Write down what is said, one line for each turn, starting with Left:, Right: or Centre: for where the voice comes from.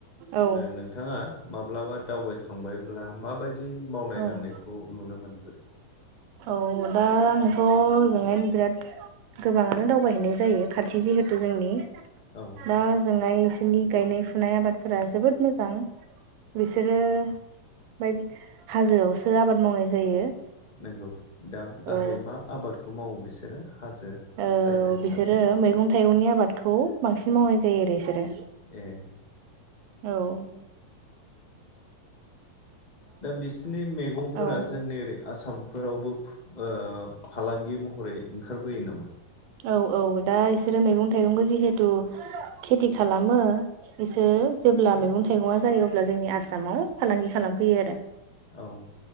Right: औ
Left: नोंथाङा माब्लाबा दावबायखांबायब्ला माबायदि मावनाय
Right: औ
Left: दांनायखौ नुनो मोनबोदों?
Right: औ दा आंथ' ओजोंहायनो बिराद गोबाङानो दावबायहैनाय जायो खाथि जिहेतु जोंनि
Left: औ
Right: दा जोंना इसोरनि गायनाय फुनाय आबादफोरा जोबोद मोजां बिसोरो बाय हाजोआवसो आबाद मावनाय जायो।
Left: नंगौ दा गाहाय
Right: औ
Left: मा आबादखौ मावो बिसोरो हाजो
Right: औ
Left: जायगा हिसाबै
Right: बिसोरो मैगं थाइगंनि आबादखौ बांसिन मावनाय जायो आरो बिसोरो।
Left: ए
Right: औ
Left: दा बिसिनि मैगंफोरा
Right: औ
Left: जोंनि ओरै आसामफोरावबो ओ फालांगि महरै ओंखारबोयो नामा?
Right: औ औ दा बिसोरो मैगं थाइगंखौ जिहेथु खेथि खालामो बिसोर जेब्ला मैगं थाइगङा जायो अब्ला जोंनि आसामाव फालांगि खालामफैयो आरो।
Left: औ